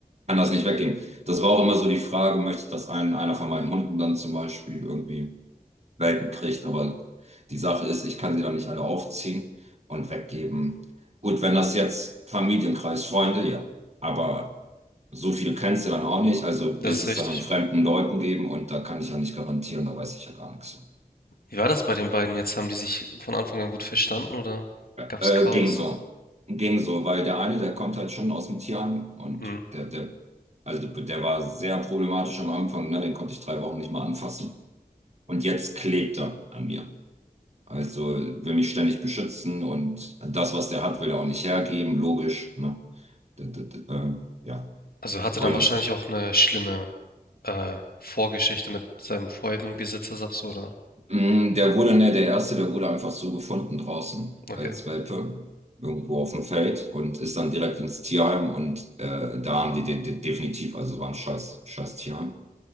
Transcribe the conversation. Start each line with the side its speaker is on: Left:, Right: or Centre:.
Right: kann das nicht weggeben. Das war auch immer so die Frage, möchte ich, dass ein, einer von meinen Hunden dann zum Beispiel irgendwie Welpen kriegt, aber die Sache ist, ich kann sie dann nicht alle aufziehen und weggeben. Gut, wenn das jetzt Familienkreis, Freunde, ja. Aber so viel kennst du dann auch nicht, also
Left: Das
Right: wirst
Left: ist
Right: es
Left: richtig.
Right: dann an fremden Leuten geben und da kann ich ja nicht garantieren, da weiß ich ja gar nichts. von.
Left: Wie war das bei den beiden jetzt? Haben die sich von Anfang an gut verstanden oder
Right: Ja,
Left: gab's
Right: Äh,
Left: Chaos?
Right: ging so. Ging so, weil der eine, der kommt halt schon aus dem Tierheim und
Left: Mhm.
Right: der, der, also der war sehr problematisch am Anfang, ne? Den konnte ich drei Wochen nicht mal anfassen. Und jetzt klebt er an mir. Also will mich ständig beschützen und das, was der hat, will er auch nicht hergeben, logisch, ne? D- d- d- ähm, ja.
Left: Also hatte
Right: Und
Left: dann wahrscheinlich auch eine schlimme äh, Vorgeschichte mit seinem vorherigen Besitzer, sagst du, oder?
Right: Mm, Der wurde, ne, der erste, der wurde einfach so gefunden draußen
Left: Okay,
Right: als Welpe, irgendwo auf dem Feld und ist dann direkt ins Tierheim und äh, da haben die den, den definitiv, also war ein scheiß, scheiß Tierheim